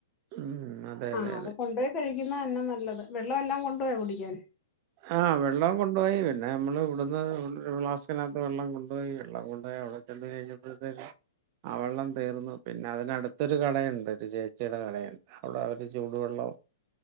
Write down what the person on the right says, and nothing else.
ഉം അതെ അതെ
അതെ
ആഹ് വെള്ളം കൊണ്ടുപോയി പിന്നെ നമ്മള് ഇവിടുന്ന് ഫ്ലാസ്നകത്ത് വെള്ളം കൊണ്ടുപോയി വെള്ളം കൊണ്ട്പോയി ടെ ച കഴിഞ്ഞപ്പോഴത്തേക്ക് ആ വെള്ളം തീർന്നു പിന്നെ അതിനടുത്തൊരു കടയുണ്ട് ഒരു ചേച്ചിയുടെ കടയുണ്ട് അവിടെ അവര് ചൂടുവെള്ളം